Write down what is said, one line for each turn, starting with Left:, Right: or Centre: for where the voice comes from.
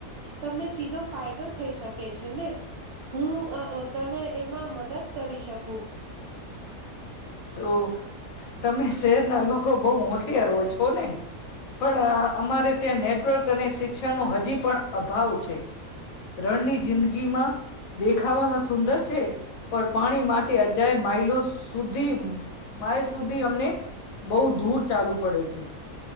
Right: તમને સીધો ફાયદો થઈ શકે છે ને હું અ તને એમાં મદદ કરી શકું.
Left: તો તમે શેહરના લોકો બહુ હો <unintelligible> છો ને પણ અમારે ત્યાં નેટવર્ક અને શિક્ષણનો હજી પણ અભાવ છે. રણની જિંદગીમાં દેખાવામાં સુંદર છે પણ પાણી માટે અજાય માઇલો શુ ધી માઇલ સુધી અમને બહુ દૂર ચાલવું પડે છે.